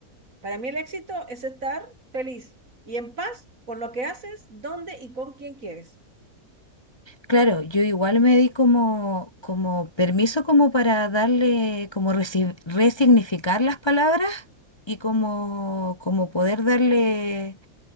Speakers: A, on the right; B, on the left.
A: Para mí el éxito es estar feliz y en paz con lo que haces, dónde y con quién quieres.
B: Claro, yo igual me di como, como permiso como para darle, como resi- resignificar las palabras y como, como poder darle